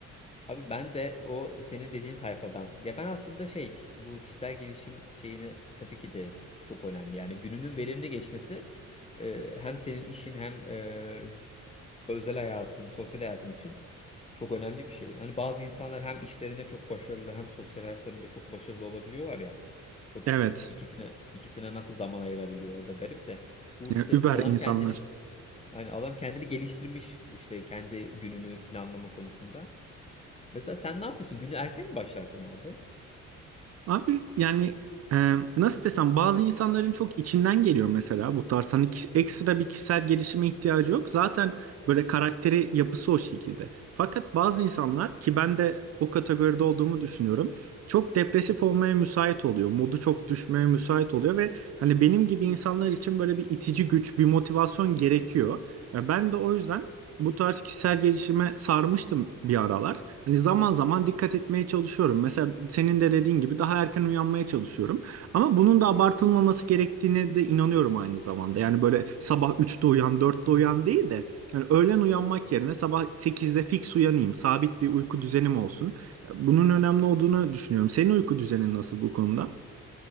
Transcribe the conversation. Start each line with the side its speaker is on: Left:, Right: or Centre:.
Left: Abi ben de o senin dediğin tayfadan. Ya ben aslında şey bu kişisel gelişim şeyini tabii ki de çok önemli. Yani gününün verimli geçmesi e, hem senin işin hem e, özel hayatın, sosyal hayatın için çok önemli bir şey. Hani bazı insanlar hem işlerinde çok başarılı hem sosyal hayatlarında çok başarılı olabiliyorlar ya. Çok
Right: Evet.
Left: ikisine ikisine nasıl zaman ayırabiliyor o da garip de. Bu
Right: Yani
Left: işte
Right: über
Left: adam
Right: insanlar.
Left: kendini hani adam kendini geliştirmiş bu işte kendi gününü planlama konusunda. Mesela sen ne yapıyorsun? Günü erken mi başlarsın abi?
Right: Abi yani e, nasıl desem bazı insanların çok içinden geliyor mesela bu tarz hani ki- ekstra bir kişisel gelişime ihtiyacı yok. Zaten böyle karakteri yapısı o şekilde. Fakat bazı insanlar ki ben de o kategoride olduğumu düşünüyorum. Çok depresif olmaya müsait oluyor. Modu çok düşmeye müsait oluyor ve hani benim gibi insanlar için böyle bir itici güç, bir motivasyon gerekiyor. Ya ben de o yüzden bu tarz kişisel gelişime sarmıştım bir aralar. Hani zaman zaman dikkat etmeye çalışıyorum. Mesela senin de dediğin gibi daha erken uyanmaya çalışıyorum. Ama bunun da abartılmaması gerektiğine de inanıyorum aynı zamanda. Yani böyle sabah üçte uyan, dörtte uyan değil de yani öğlen uyanmak yerine sabah sekizde fix uyanayım. Sabit bir uyku düzenim olsun. Bunun önemli olduğunu düşünüyorum. Senin uyku düzenin nasıl bu konuda?